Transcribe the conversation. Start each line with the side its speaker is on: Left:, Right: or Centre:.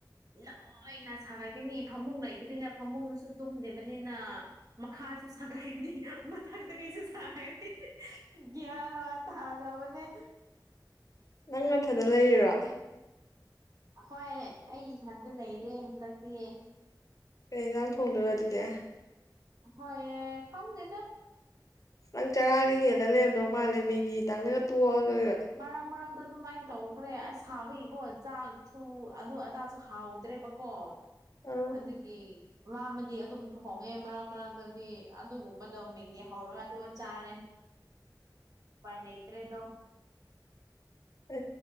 Right: ꯂꯣꯏꯅ ꯁꯥꯒꯠꯈꯤꯅꯤ ꯐꯃꯨꯡ ꯂꯩꯇꯕꯅꯤꯅ ꯐꯃꯨꯡꯗꯨꯁꯨ ꯇꯨꯝꯗꯦꯕꯅꯤꯅ ꯃꯈꯥꯁꯨ ꯁꯥꯒꯠꯈꯤꯅꯤ ꯃꯊꯛꯇ ꯀꯩꯁꯨ ꯁꯥ ꯟ ꯋꯥ ꯇ ꯍꯗ꯭ꯔ ꯃꯅꯦ
Left: ꯅꯪ ꯃꯊꯗ ꯂꯩꯔꯤꯔꯣ
Right: ꯍꯣꯏ ꯑꯩ ꯏꯊꯟꯇ ꯂꯩꯔꯦ ꯍꯟꯗꯛꯇꯤ
Left: ꯀꯩ ꯏꯥꯡ ꯊꯣꯡꯗꯣꯏꯔꯣ ꯑꯗꯨꯗꯤ
Right: ꯍꯣꯏ ꯈꯥꯎꯗꯦꯗ
Left: ꯅꯪ ꯆꯔꯥꯒ ꯍꯦꯜꯂ ꯂꯩꯔꯝꯗꯧ ꯃꯥꯜꯂꯦ ꯃꯦꯒꯤ ꯇꯪꯅꯒ ꯇꯣꯛꯑꯒꯔ
Right: ꯃꯔꯛ ꯃꯔꯛꯇ ꯑꯗꯨꯃꯥꯏꯅ ꯇꯧꯈ꯭ꯔꯦ ꯑꯁ ꯁꯥꯕꯒꯤꯀꯣ ꯆꯥꯛꯁꯨ ꯑꯗꯨ ꯑꯗꯥꯁꯨ ꯍꯥꯎꯗ꯭ꯔꯦꯕꯀꯣ
Left: ꯑꯥ
Right: ꯑꯗꯨꯗꯒꯤ ꯋꯥꯃꯗꯤ ꯑꯗꯨꯝ ꯊꯣꯡꯉꯦ ꯃꯔꯛ ꯃꯔꯛꯛꯇꯗꯤ ꯑꯗꯨꯒꯨꯝꯕꯗꯣ ꯃꯦꯒꯤ ꯍꯧ ꯍꯧꯔꯒ ꯑꯗꯨ ꯆꯥꯔꯦ
Left: <inaudible>
Right: ꯄꯥꯏꯩꯅ ꯏꯇꯩꯗꯣ
Left: ꯑ